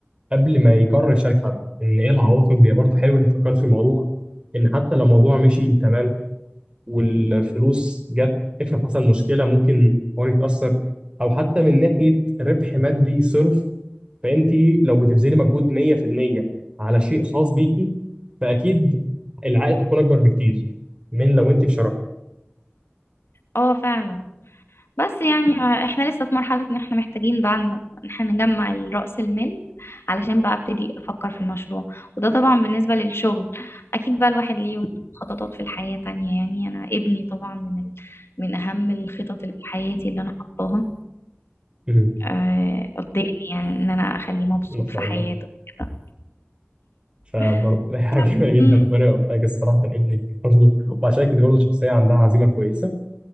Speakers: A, on the right (about 25°); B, on the left (about 70°).
A: قبل ما يقرر يشارك حد ان ايه العواقب هي برضه حلو انك فكرت في الموضوع ان حتى لو الموضوع مشي تمام والفلوس جت افرض حصل مشكله ممكن الحوار يتاثر او حتى من ناحيه ربح مادي صرف فانت لو بتبذلي مجهود 100% على شيء خاص بيكي فاكيد العائد هيكون اكبر بكتير من لو انت في شراكه
B: اه فعلا بس يعني ع- احنا لسه في مرحلة ان احنا محتاجين بقى ان إن احنا نجمع رأس المال علشان بقى ابتدي افكر في المشروع وده طبعا بالنسبة للشغل اكيد بقى الواحد ليه خططات في الحياة تانية يعني انا ابني طبعا من ال... من اهم الخطط اللي في حياتي اللي انا حطاها
A: أمم.
B: آه، قدامي يعني ان انا اخليه مبسوط
A: ما شاء
B: في حياته
A: الله
B: كده
A: فبرضه
B: <laughs>
A: ده <laughs> حاجه جميله
B: مم.
A: جدا ربنا يوفقك الصراحه من ابنك برضه وعشان كده برضه شخصيه عندها عزيمه كويسه